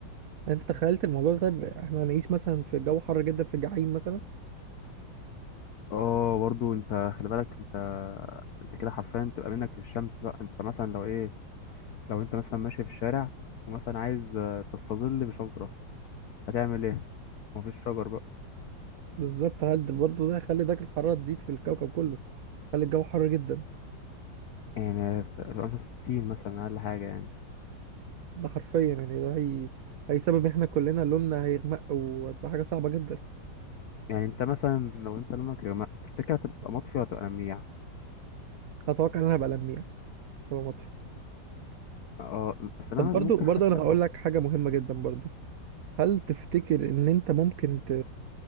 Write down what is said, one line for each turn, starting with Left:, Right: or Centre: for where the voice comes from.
Right: انت تخيلت الموضوع ده طيب احنا هنعيش مثلا في جو حر جدا في الجحيم مثلا
Left: اه برضو انت خلي بالك انت انت كده حرفيا تبقى منك للشمس بقى انت مثلا لو ايه لو انت مثلا ماشي في الشارع ومثلا عايز آه، تستظل بشجرة هتعمل ايه مفيش شجر بقى
Right: بالظبط هل ده برضه ده هيخلي درجة الحرارة تزيد في الكوكب كله هل الجو حر جدا
Left: يعني هتبقى مثلا 60 مثلا اقل حاجه يعني
Right: ده حرفيا يعني ده هي هيسبب ان احنا كلنا لوننا هيغمق وتبقى حاجة صعبة جدا
Left: يعني انت مثلا لو انت لونك يا جماعة تفتكر هتبقى مطفي ولا هتبقى لميع
Right: اتوقع ان انا هبقى لميع هبقى مطفي
Left: اه بس انا
Right: طب برضو
Left: ممكن
Right: برضو
Left: حاسك
Right: انا هقول
Left: مطفي
Right: لك حاجه مهمه جدا برضو هل تفتكر ان انت ممكن ت...